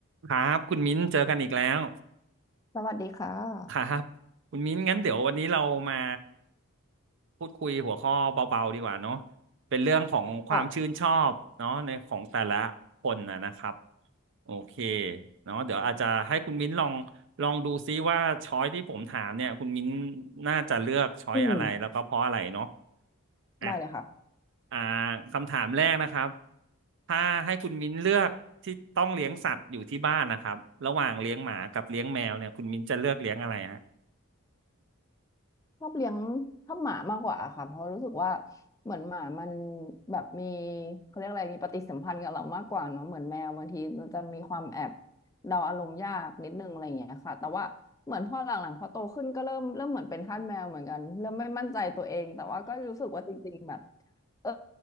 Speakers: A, on the right; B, on the left.
A: ครับคุณมิ้นเจอกันอีกแล้ว
B: สวัสดีค่ะ
A: ครับคุณมิ้นงั้นเดี๋ยววันนี้เรามาพูดคุยหัวข้อเบาๆดีกว่าเนาะเป็นเรื่องของความชื่นชอบเนาะในของแต่ละคนนะนะครับ
B: ค่ะ
A: โอเคเนาะเดี๋ยวอาจจะให้คุณมิ้นลองลองดูซิว่าช้อยที่ผมถามเนี่ยคุณมิ้นน่าจะเลือกช้อยอะไรแล้วก็เพราะอะไรเนาะ
B: อืม
A: อ่ะ
B: ได้เลยค่ะ
A: อ่าคำถามแรกนะครับ ถ้าให้คุณมิ้นเลือกที่ต้องเลี้ยงสัตว์อยู่ที่บ้านนะครับระหว่างเลี้ยงหมากับเลี้ยงแมวเนี่ยคุณมิ้นจะเลือกเลี้ยงอะไรฮะ
B: ชอบเลี้ยงชอบหมามากกว่าค่ะเพราะรู้สึกว่าเหมือนหมามันแบบมีเขาเรียกอะไรมีปฏิสัมพันธ์กับเรามากกว่าเนาะเหมือนแมวบางทีมันจะมีความแอบเดาอารมณ์ยากนิดนึงอะไรอย่างเงี้ยค่ะแต่ว่าเหมือนพอหลังๆพอโตขึ้นก็เริ่มเริ่มเหมือนเป็นทาสแมวเหมือนกันเริ่มไม่มั่นใจตัวเองแต่ว่าก็รู้สึกว่าจริงๆแบบ เออ